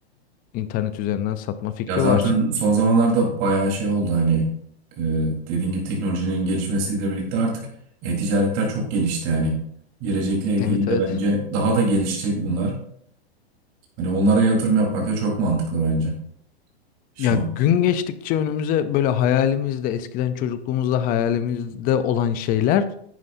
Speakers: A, on the left; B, on the right.
A: internet üzerinden satma fikri
B: Ya zaten
A: var.
B: son zamanlarda bayağı şey oldu hani e, dediğin gibi teknolojinin gelişmesiyle birlikte artık e-ticaretler çok gelişti yani. Gelecekle ilgili
A: Evet
B: de
A: evet.
B: bence daha da gelişecek bunlar. Hani onlara yatırım yapmak da çok mantıklı bence şu
A: Ya gün
B: an için.
A: geçtikçe önümüze böyle hayalimizde, eskiden çocukluğumuzda hayalimizde olan şeyler